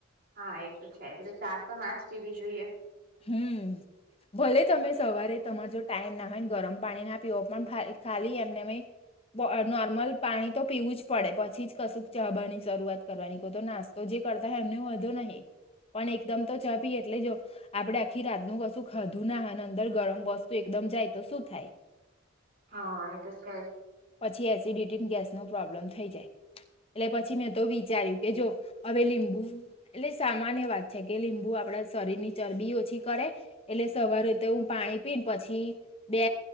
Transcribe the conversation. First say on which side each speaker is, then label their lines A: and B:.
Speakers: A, on the right; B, on the left.
A: હા એ તો છે એટલે ચા તો નાજ પીવી જોઈએ
B: હમ ભલે તમે સવારે તમાર જો ટાઈમ ના હોયને ગરમ પાણી ના પીવ પણ ખાલી એમનેમ નોર્મલ પાણી તો પીવું જ પડે પછી જ કશુંક ચાબાની શરૂઆત કરવાની કો તો નાસ્તો જ કરતા હેમને વધુ નહી પણ એકદમ તો ચા પી એટલે જો આપડણે આખી રાતનું કશું ખાધું ના હો અને અંદર ગરમ વસ્તુ એકદમ જાય તો શું થાય
A: હા એ તો છેજ
B: પછી એસિડિટીન ગેસ નો પ્રોબ્લેમ થઈ જાય એટલે પછી મેં તો વિચાર્યું કે જો હવે લીંબુ એટલે સામાન્ય વાત છે કે લીંબુ આપણા શરીરની ચરબી ઓછી કરે એટલે સવારે રતે હું પાણી પીને પછી બે